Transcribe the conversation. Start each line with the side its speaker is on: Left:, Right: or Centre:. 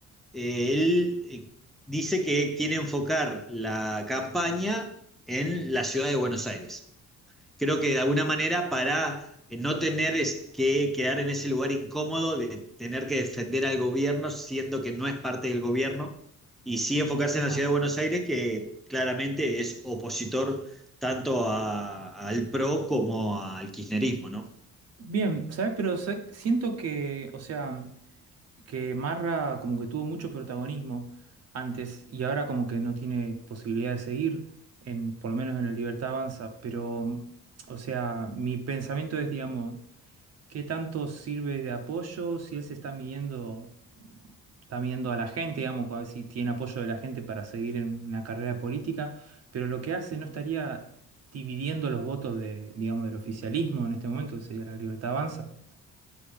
Centre: eh, él eh, dice que quiere enfocar la campaña en la ciudad de Buenos Aires creo que de alguna manera para eh, no tener es que quedar en ese lugar incómodo de tener que defender al gobierno siendo que no es parte del gobierno y sí enfocarse
Right: Ajá.
Centre: en la ciudad de Buenos Aires que claramente es opositor tanto a- al PRO como al kirchnerismo, ¿no?
Right: Bien, ¿sabes? Pero sa- siento que, o sea, que Marra como que tuvo mucho protagonismo antes y ahora como que no tiene posibilidad de seguir, en, por lo menos en la Libertad Avanza, pero, o sea, mi pensamiento es, digamos, ¿qué tanto sirve de apoyo si él se está midiendo, está midiendo a la gente, digamos, a ver si tiene apoyo de la gente para seguir en una carrera política, pero lo que hace no estaría dividiendo los votos de, digamos, del oficialismo en este momento, que sería la Libertad Avanza?